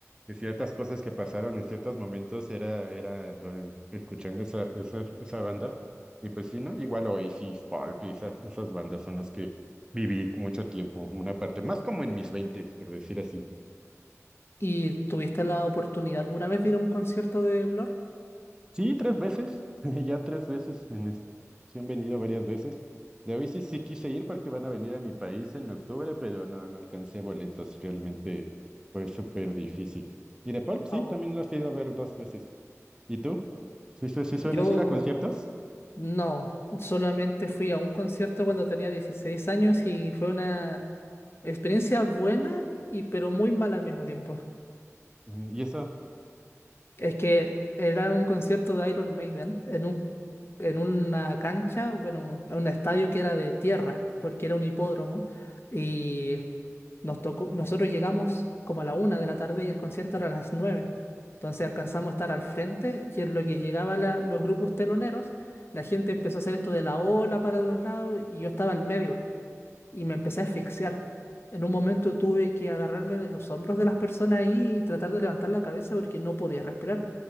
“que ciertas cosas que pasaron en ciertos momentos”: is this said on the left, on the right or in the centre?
Right